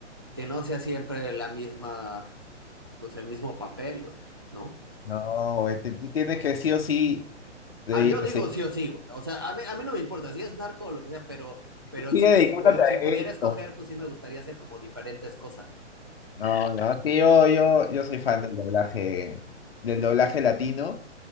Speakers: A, on the right; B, on the left.
A: que no sea siempre la misma, pues el mismo papel, güey, ¿no?
B: No, güey, te- tú tienes que sí o sí de-
A: Ah, yo digo
B: seguir
A: sí o sí, güey. O sea, a mí, a mí no me importa si es narco o lo que sea, pero, pero
B: sigue
A: sí,
B: dedicándote
A: sí puede,
B: a
A: si
B: esto.
A: pudiera escoger, pues sí me gustaría hacer como diferentes cosas.
B: No, no, sí, yo, yo, yo soy fan del doblaje, del doblaje latino